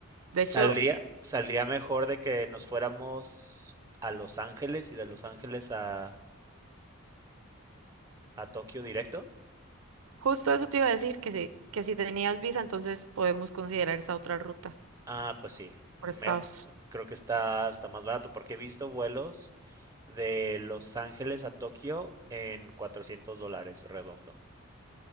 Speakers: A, on the right; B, on the right.
A: Saldría,
B: de hecho,
A: saldría mejor de que nos fuéramos a Los Ángeles y de Los Ángeles a, a Tokio directo.
B: Justo eso te iba a decir, que si, que si tenías visa, entonces podemos considerar esa otra ruta
A: Ah, pues sí, me-
B: por Estados.
A: creo que está, está más barato porque he visto vuelos de Los Ángeles a Tokio en 400 dólares redondo.